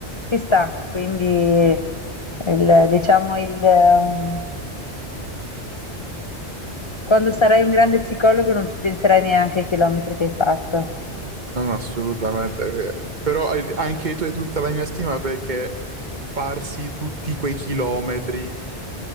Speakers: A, on the left (about 40°); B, on the right (about 45°).
A: ci sta, quindi il- diciamo il, um, quando sarai un grande psicologo non ci penserai neanche ai chilometri che hai fatto.
B: non assolutamente vero. Però hai- anche tu hai tutta la mia stima perché farsi tutti quei chilometri,